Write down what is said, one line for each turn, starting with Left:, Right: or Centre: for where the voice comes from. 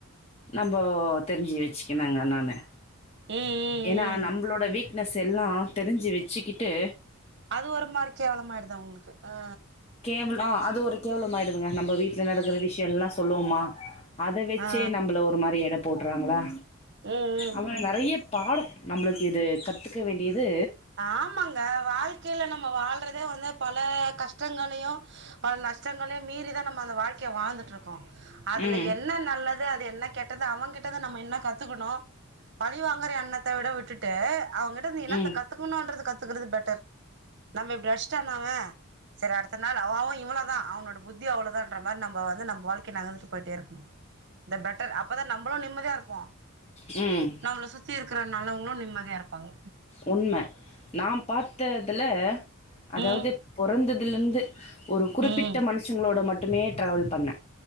Left: நம்போ தெர்ஞ்சி வெச்சிகுணுங்க நானு.
Right: ம் ம்
Left: ஏனா
Right: ம்
Left: நம்ப்ளோட வீக்னஸ் எல்லா தெரிஞ்சி வெச்சிக்கிட்டு
Right: அது ஒரு மாரி கேவலமாய்டுது அவுங்குளுக்கு அ.
Left: கேவல் அ அது ஒரு கேவலம் ஆயிடுதுங்க நம்ம வீ ட்ல நடக்கற விஷ்யோ எல்லா சொல்லுவமா அத வெச்சே
Right: ஆ
Left: நம்பள ஒரு மாரி எட போட்றாங்களா.
Right: ம் ம்
Left: அவ
Right: ம்
Left: நறைய பாடோ நம்புளுக்கு இது கத்துக்க வேண்டியது
Right: ஆமங்க வாழ்க்கைல நம்ம வாழ்றதே வந்து பல கஷ்டங்களையு பல நஷ்டங்களையு மீறிதா நம்ம அந்த வாழ்க்கைய வாழ்ந்துட்ருக்கோ அதுல
Left: ம்
Right: என்ன நல்லது அது என்ன கெட்டது அவங்கிட்டந்து நம்ம என்ன கத்துக்குணு பழி வாங்கற எண்ணத்த விட விட்டுட் ட்டு அவங்கிட்டந்து நீ என்னாத்த
Left: ம்
Right: கத்துக்குணுன்றது கத்துக்குறது பெட்டர் நம்ம இப்டி அடிச்ட்டானா அவ செரி அடுத்தநாள் அவ அவ இவ்ளதா அவனோட புத்தி அவுளதான்ற மார் நம்ப வந்து நம்ப வாழ்க்கைய நகர்ந்துட்டு போயிட்டே இருக்குணு. இந்த பெட்டர் அப்பதா நம்புளு நிம்மதியா இருப்போ.
Left: ம்.
Right: நம்மள சுத்தி இருக்கற நல்லவங்களு நிம்மதியா இருப்பாங்க.
Left: உண்ம நா பாத்த இதுல அதாவது
Right: ம்
Left: பொறந்ததுலிந்து ஒரு குறிப்பிட்ட
Right: ம்
Left: மனுஷங்ளோட மட்டுமே ட்ராவல் பண்ணே.